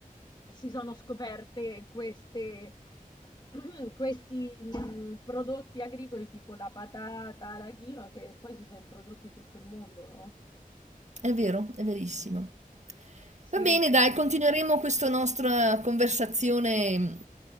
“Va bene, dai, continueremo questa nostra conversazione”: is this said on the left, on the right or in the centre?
Right